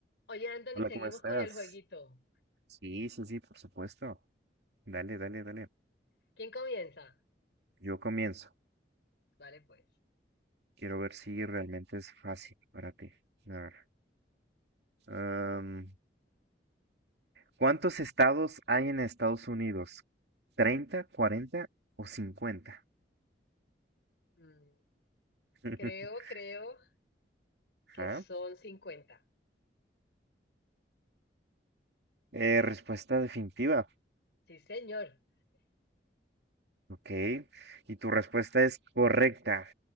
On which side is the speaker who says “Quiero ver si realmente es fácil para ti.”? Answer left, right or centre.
Right